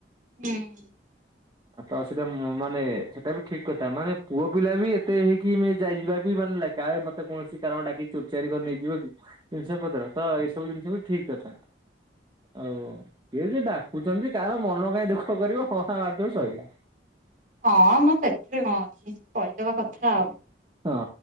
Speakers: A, on the right; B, on the right.
A: ହୁଁ।
B: ଆପଣ ସେ ମାନେ ସେଇଟା ବି ଠିକ କଥା, ମାନେ ପୁଅ ପିଲା ବି ଏତେ ହେଇକି ଯାଇଯିବା ବି ମାନେ ଲେଖା ତ କୌଣସି କାରଣ ଡାକି ଚୋରିଚାରି କରି ନେଇଯିବ କି ଜିନିଷ ପତ୍ର, ତ ଏଇ ସବୁ ଜିନିଷ ବି ଠିକ କଥା। ଆଉ କିଏ ଯିଏ ଡାକୁଛନ୍ତି କାହାର ମନ କାହିଁ ଦୁଃଖ କରିବ ହଁ ହାଁ ମାରି ଦେଲେ ସରିଲା।
A: ହଁ ମ ସେଥିରେ କଣ ଅଛି, କହିଦବା କଥା ଆଉ।
B: ହଁ